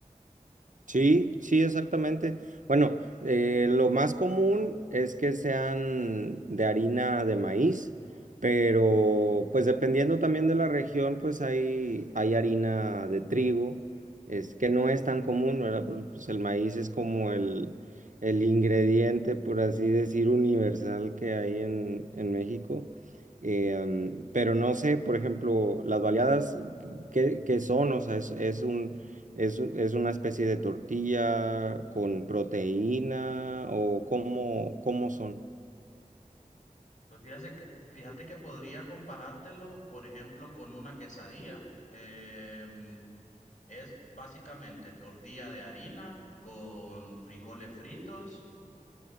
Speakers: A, on the right (about 70°); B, on the left (about 65°).
A: Sí, sí, exactamente. Bueno, eh, lo más común es que sean de harina de maíz, pero pues dependiendo también de la región, pues hay, hay harina de trigo, es que no es tan común, ¿verdad? Porque, Pues el maíz es como el, el ingrediente, por así decir, universal que hay en, en México. Eh, am, pero no sé, por ejemplo, las baleadas, ¿qué, qué son? O sea, es, es un... ¿Es, es una especie de tortilla con proteína o cómo, cómo son?
B: Pues fíjate que, fíjate que podría comparártelo, por ejemplo, con una quesadilla. Em, es básicamente tortilla de harina con frijoles fritos,